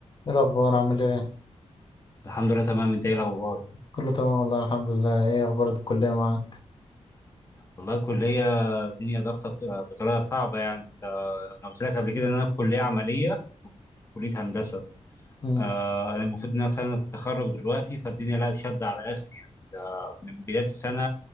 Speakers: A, on the left; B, on the left.
A: ايه الاخبار عامل ايه
B: الحمد لله تمام انت ايه الاخبار
A: كله تمام والله الحمد لله ايه اخبار الكليه معاك
B: والله الكليه الدنيا ضغطه بت- بطريقه صعبه يعني انت انا قلت لك قبل كده ان انا في كليه عمليه في كليه هندسه
A: امم
B: آه انا المفروض ان انا في سنه التخرج دلوقتي فالدنيا لا شد على الاخر يعني ده من بدايه السنه